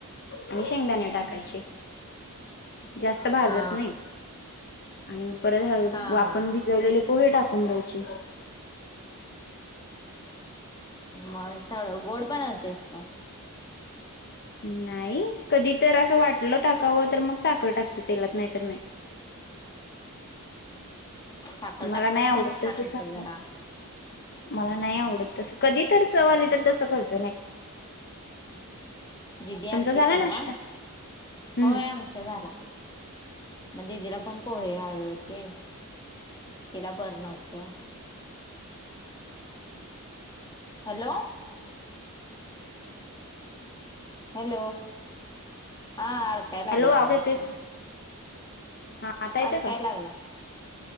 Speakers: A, on the left; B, on the left.
A: आणि शेंगदाणे
B: हम्म
A: टाकायचे जास्त भाजत
B: हा
A: नाही आणि परत ह
B: हा
A: आपण
B: हा
A: भिजवलेले पोहे टाकून द्यायचे
B: मग थोडं गोड पणवतेस का
A: नाही कधी तर असं वाट टलं टाकावं तर मग साखर टाकते तेलात नाही तर नाही
B: साखर टाकलंवर
A: मला नाही आवडत
B: पण छान
A: तसं
B: होत
A: साखर
B: जरा.
A: मला नाही आवडत तस कधी तर चव आले तर तसं करत.
B: दुदी
A: तुमचा
B: आलती
A: झाला
B: पररवा.
A: नाश्ता हम्म
B: होय आमच झाला. मग दिदीला पण पोहे हवे होते तिला बर नव्हत. हॅलो. हॅलो हा अडकाय लागले
A: हॅलो
B: आवाज.
A: येतोय हा आता येतं
B: अडकाय
A: का.
B: लागलाय